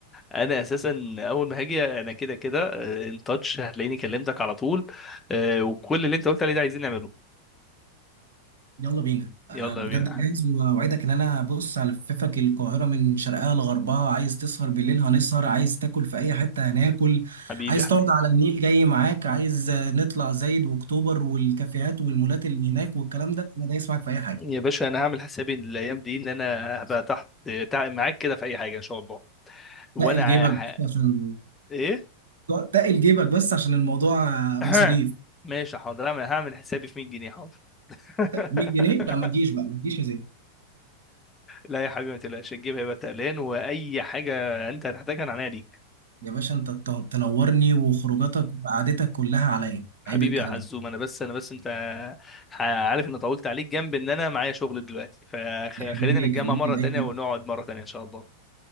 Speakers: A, on the left; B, on the right.
A: انا اساسا اول ما هاجي انا كده كده ان تاتش هتلاقيني كلمتك على طول آه، وكل اللي انت قلت عليه ده عايزين نعمله
B: يلا بينا
A: يلا
B: انا بجد
A: بينا يا حبيبي
B: جاهز واوعدك ان انا بص هلففك القاهره من شرقها لغربها عايز تسهر بالليل هنسهر عايز تاكل في اي حته هناكل
A: حبيبي
B: عايز
A: حبيبي
B: تقعد على النيل جاي معاك عايز آه، نطلع زايد واكتوبر والكافيهات والمولات اللي هناك والكلام ده انا دايس معاك في اي حاجه
A: يا باشا انا هعمل حسابي الايام دي ان انا هبقى تحت تع- معاك كده في اي حاجه ان شاء الله وانا
B: تقل
A: ع-
B: جيبك بس عشان
A: ايه
B: <laughs> تقل جيبك بس عشان الموضوع آه،
A: <clears throat>
B: مصاريف
A: ماشي حاضر انا هعمل حسابي في 100 جنيه حاضر <laughs>
B: 100 جنيه لا ما تجيش بقى ما تجيش يا زين
A: لا يا حبيبي ما تقلقش الجيب هيبقى تقلان واي حاجه انت هتحتاجها انا عينيا ليك
B: يا باشا انت ت- تنورني وخروجاتك وقعدتك كلها عليا
A: حبيبي
B: عيب الكلام
A: يا حزوم
B: ده
A: انا بس انا بس انت ح- عارف ان طولت عليك جنب ان انا معايا شغل دلوقتي فخلينا
B: يا حبيبي
A: نتجمع
B: كلمني
A: مره تانية
B: اي وقت
A: ونقعد مره تانية ان شاء الله